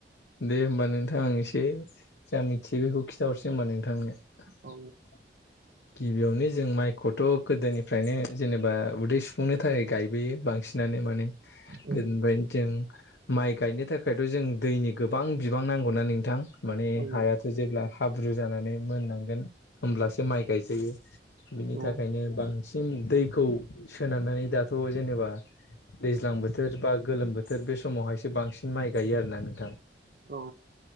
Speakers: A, on the left (about 80°); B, on the right (about 60°).
A: दे होमबा नोंथां आं एसे जा मिथियो बेखौ खिथाहरसै होनबा नों नोंथांनो
B: औ
A: गिबियावनो जों माइखौथ' गोदोनिफ्रायनो जेनेबा उदै सुफुंनो थाखाय गायबोयो बांसिन माने
B: औ
A: गोदोनिफ्रायनो जों माइ गायनो थाखायथ' जों दैनि गोबां बिबां नांगौना नोंथां माने
B: औ
A: हायाथ' जेब्ला हाब्रु जानानै मोननांगोन होमब्लासो माइ गायजायो बिनि
B: औ
A: थाखायनो बां सिम दैखौ सोनारनानै दाथ' जेनेबा दैज्लां बोथोर बा गोलोम बोथोर बे समावहायसो बांसिन माइ गायो आरोना नों
B: औ